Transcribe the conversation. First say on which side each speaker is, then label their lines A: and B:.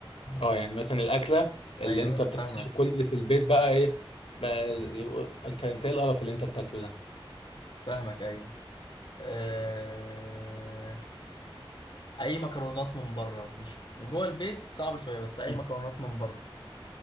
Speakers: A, on the left; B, on the left.
A: اه يعني مثلا الاكله اللي
B: ايوه
A: انت
B: فاهمك
A: بتاكلها وكل اللي في البيت بقى ايه بقى يقول- انت انت ايه القرف اللي انت بتاكله ده
B: فاهمك ايوه أه... اي مكرونات من بره مش جوه البيت صعب شويه بس اي
A: مم.
B: مكرونات من بره